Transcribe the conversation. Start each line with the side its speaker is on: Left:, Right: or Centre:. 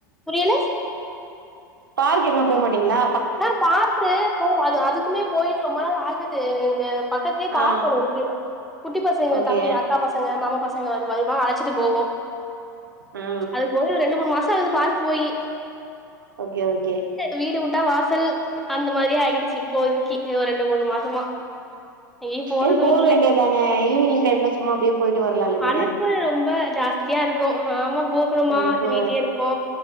Centre: புரியலஸ்
Right: பார்க் எங்கனா போமாட்டீங்களா
Centre: ஆ பாரு போ அது அதுக்குமே போய் ரொம்ப நாள் ஆகுது இங்க பக்கத்லே பார்க்
Right: ஆ
Centre: ஒண்ணு இருக்கு குட்டி பசங்க
Right: ஓகே
Centre: தம்பி அக்கா பஸ் கங்க மாமா பசங்கது ஒ அது வைபொ அழைச்சிட்டு போவோ
Right: ஆ
Centre: அதுக் ஒவி எ ரெண்டு மூன் மாசாகுது பார்க் போயி
Right: ஓகே ஓகே
Centre: வீடு வுட்டா வாசல் அந்த மாரியே ஆகிடிச்சி இப்போதிக்கி யோ ரெண்டு மூணு மாசமா நீ போறது
Right: ஏ போ
Centre: இல்ல
Right: வேண்டியதானே ஈவினிங் டைம்ல சும்மா அப்டியே போயிட்டு வரலால்ல நீங்க
Centre: அழுப்பு ரொம்ப ரொம்ப ஜாஸ்த் கியா இருக்கு ஹாமா போகணுமா
Right: அ இப்போ
Centre: அது வீட்லே இருப்போ